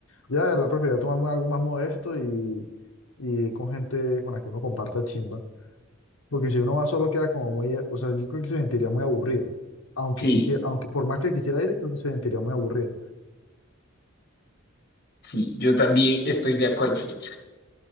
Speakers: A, on the left (about 80°); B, on the left (about 50°).
A: Yo la verdad preferiría tomarme algo más modesto y, y ir con gente con la que uno comparta chimba. Porque si uno va solo queda como muy, eh, o sea, yo creo que se sentiría muy aburrido. Aunque
B: sí,
A: quisiera, aunque por más que quisiera ir, creo que se sentiría muy aburrido.
B: sí, yo también estoy de acuerdo en eso.